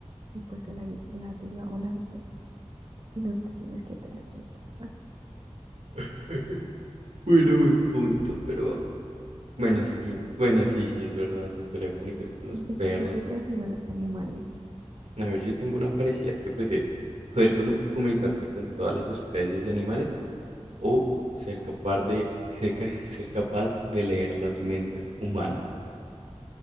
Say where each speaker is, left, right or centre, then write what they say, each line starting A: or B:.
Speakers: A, on the right; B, on the right.
A: y pues el águila te lleva volando y no te tienes que teletransportar.
B: <laughs> Bueno, buen punto. Pero bueno, sí, bueno, sí, sí, es verdad, no me podría comunicar con los
A: Yo
B: perros.
A: creo que prefiero los animales,
B: A ver, yo tengo una parecida, ¿qué prefieres? ¿Poder cono- comunicarte con todas las especies de animales o ser capaz de, ser ca- <laughs> ser capaz de leer las mentes humanas?